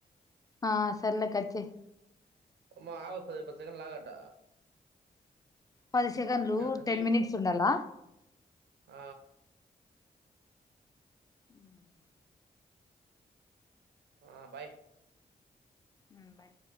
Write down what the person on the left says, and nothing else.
ఆ సర్లే కట్ చెయ్
పది సెకండ్లు
టెన్ మినిట్స్ ఉండాలా
మ్మ్
మ్మ్ బాయ్